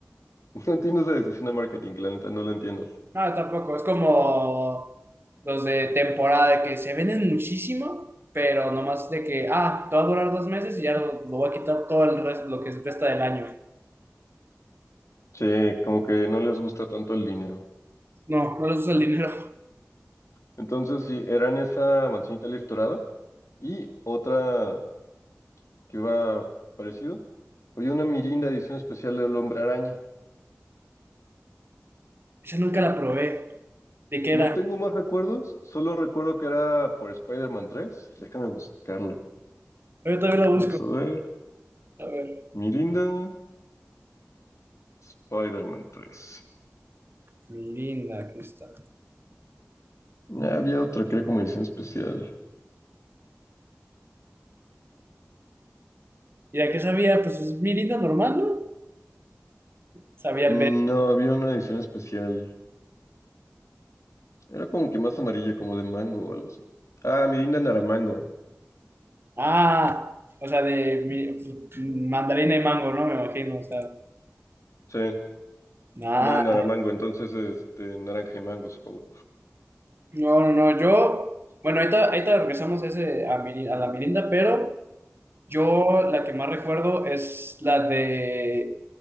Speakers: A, on the left; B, on the right.
A: <laughs> No entiendo esa decisión de marketing, la neta, no la entiendo.
B: No, tampoco. Es como los de temporada de que se venden muchísimo, pero nomás de que, ah, te va a durar dos meses y ya lo, lo voy a quitar todo el resto, lo que resta del año.
A: Sí, como que no les gusta tanto el dinero.
B: No, no les uso el dinero. <laughs>
A: Entonces, sí, eran esa manzanita leaf dorada y otra que iba parecido. Oye, una Mirinda edición especial del Hombre Araña.
B: Esa nunca la probé. ¿De qué
A: No
B: era?
A: tengo más recuerdos, solo recuerdo que era por Spider-Man 3. Déjame buscarla.
B: Yo todavía la busco.
A: Vamos a ver.
B: A ver.
A: Mirinda, Spider-Man 3.
B: Mirinda, aquí está.
A: Ah, Había otra que era como edición especial.
B: ¿Y la que sabía? Pues es Mirinda normal, ¿no? Sabía
A: Mm,
B: el verbo.
A: No, había una edición especial. Era como que más amarilla, como de mango o algo así. Ah, Mirinda Naramango.
B: Ah, o sea, de mi- pues, mandarina y mango, ¿no? Me imagino, o sea.
A: Sí,
B: Ah,
A: no, Naramango. Entonces, este, naranja y mango, supongo.
B: No, no, no, yo, bueno, ahorita, ahorita regresamos ese a, Miri- a la Mirinda, pero yo la que más recuerdo es la de,